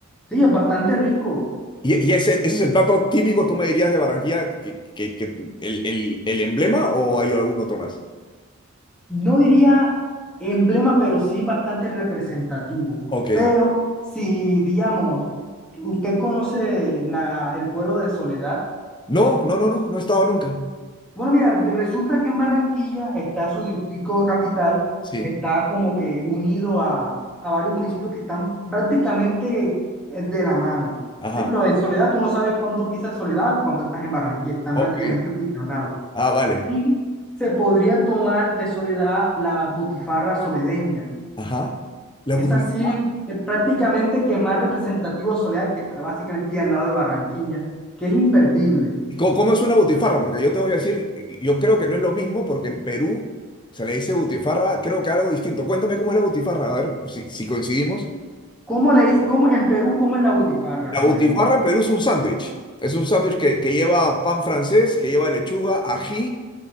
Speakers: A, in the centre; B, on the left (about 20°).
A: Sí, es bastante rico.
B: ¿Y, y ese, ese es el plato típico, tú me dirías, de Barranquilla, que, que- que el, el- el emblema o hay algún otro más?
A: No diría emblema, pero sí bastante representativo.
B: Ok.
A: Pero si, digamos, usted conoce la, el pueblo de Soledad,
B: No, no, no, no, no he estado nunca.
A: Bueno, mira, resulta que en Barranquilla está su distrito capital,
B: Sí.
A: está como que unido a, a varios municipios que están prácticamente eh, de la mano.
B: Ajá.
A: Por ejemplo, en Soledad tú no sabes cuándo pisas Soledad, y cuándo estás en Barranquilla, están
B: Ok.
A: prácticamente fusionados.
B: Ah, vale.
A: Y se podría tomar de Soledad la butifarra soledeña,
B: Ajá. La
A: que
B: butifarra
A: es así eh, prácticamente que más representativo de Soledad, que está básicamente al lado de Barranquilla, que es imperdible.
B: ¿Y ¿Cómo, cómo es una butifarra? Porque yo te voy a decir, yo creo que no es lo mismo porque en Perú se le dice butifarra, creo que algo distinto. Cuéntame cómo es la butifarra, a ver si, si coincidimos.
A: ¿Cómo le, cómo, en Perú, ¿cómo es la butifarra
B: La
A: primero?
B: butifarra en Perú es un sándwich. Es un sándwich que, que lleva pan francés, que lleva lechuga, ají